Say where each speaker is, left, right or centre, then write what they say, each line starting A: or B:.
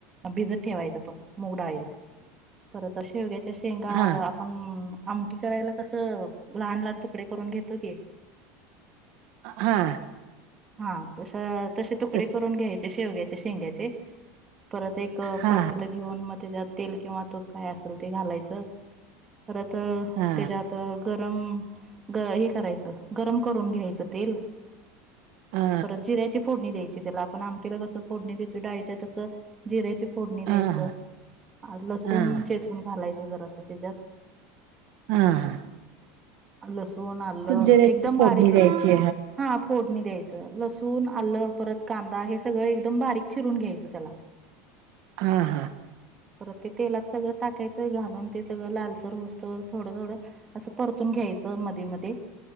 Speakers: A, on the right (about 15°); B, on the right (about 50°).
A: भिजत ठेवायचं. मुगडाईला परत शेवग्याच्या शेंगा
B: हा
A: आपण आमटी करायला, कसं लहान लहान तुकडे करून घेतो की,
B: हा
A: हा तस तशे तुकडे
B: तस
A: करून घ्यायचे, शेवग्याचे शेंग्याचे परत एक
B: हा
A: पातीला घेऊन, मग त्याच्यात तेल किंवा तूप काय असेल ते घालायचं. परत
B: हा
A: त्याच्यात गरम हे करायचं गरम करून घ्यायचं तेल
B: हा
A: परत जिऱ्याची फोडणी द्यायची, त्याला आपण आमटीला कसं फोडणी देतो डाळीच्या तसं जिऱ्याची, फोडणी द्यायचं,
B: हा हा हा
A: लसूण
B: हा
A: चेचवून घालायचं जर असं तेज्यात
B: हा हा
A: लसूण आलं
B: जिऱ्याची
A: एकदम
B: फोडणी
A: बारीक,
B: द्यायची
A: हा फोडणी द्यायचं लसू ून आलं परत कांदा हे सगळं एकदम बारीक चिरून घ्यायचं त्याला,
B: हा हा,
A: परत तेलात सगळं टाकायचं घालून, ते सगळं लालसर होऊस्तवर थोडं थोडं असं परतून घ्यायच मधे मधे,